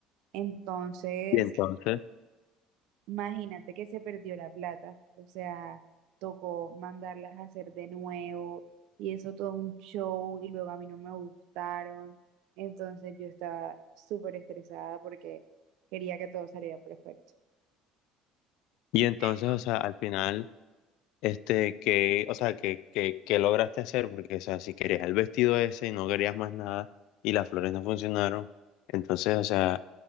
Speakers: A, on the right; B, on the left.
A: Entonces
B: Y entonces,
A: Imagínate que se perdió la plata, o sea, tocó mandarlas a hacer de nuevo y eso todo un show y luego a mí no me gustaron. Entonces yo estaba súper estresada porque quería que todo saliera perfecto.
B: y entonces,
A: Cierto.
B: o sea, al final... Este, que, o sea, que, que, que lograste hacer, porque, o sea, si querías el vestido ese y no querías más nada y las flores no funcionaron, entonces, o sea,